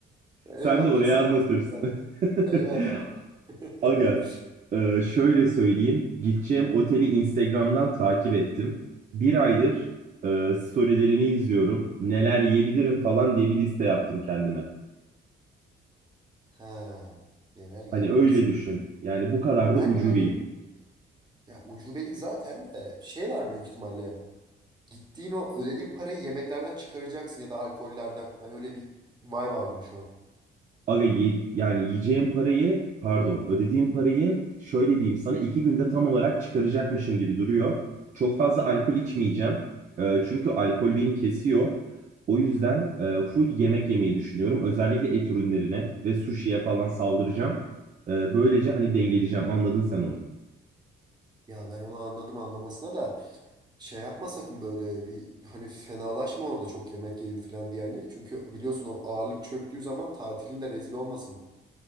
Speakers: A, on the right; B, on the right.
A: Eyvallah
B: Sen de oraya
A: sağ
B: anlatırsın.
A: olasın. kral.
B: <laughs>
A: Eyvallah. <laughs>
B: Agaz, e, şöyle söyleyeyim. Gideceğim oteli Instagram'dan takip ettim. Bir aydır e, storylerini izliyorum. Neler yiyebilirim falan diye bir liste yaptım kendime.
A: Ha, neler yiyebilirsin.
B: Hani öyle düşün. Yani bu kadar da
A: Ben
B: ucubeyim.
A: yani ya ucubelik zaten de şey var büyük ihtimalle. Gittiğin o ödediğin parayı yemeklerden çıkaracaksın ya da alkollerden. Ben öyle bir vibe aldım şu an.
B: Aga ye- yani yiyeceğim parayı pardon ödediğim parayı şöyle diyeyim sana iki günde tam olarak çıkaracakmışım gibi duruyor. Çok fazla alkol içmeyeceğim. Ee, çünkü alkol beni kesiyor. O yüzden e, full yemek yemeyi düşünüyorum. Özellikle et ürünlerine ve sushi'ye falan saldıracağım. Ee, böylece hani dengeleyeceğim anladın sen onu.
A: Ya ben onu anladım anlamasına da şey yapma sakın böyle bir hani fenalaşma orada çok yemek yedim falan diye hani. Çünkü biliyorsun o ağırlık çöktüğü zaman tatilinde rezil olmasın.